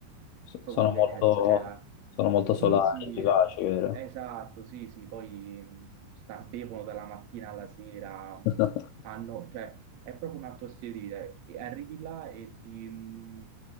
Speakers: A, on the left (about 75°); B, on the right (about 70°).
A: so-
B: proprio
A: sono
B: diverso,
A: molto,
B: cioè la...
A: sono molto solare,
B: Sì, sì,
A: vivace, vero?
B: esatto, sì, sì, poi mh, sta- bevono dalla mattina alla sera,
A: <laughs>
B: hanno, cioè, è proprio un altro stile di vita. E Arrivi là e ti, mh,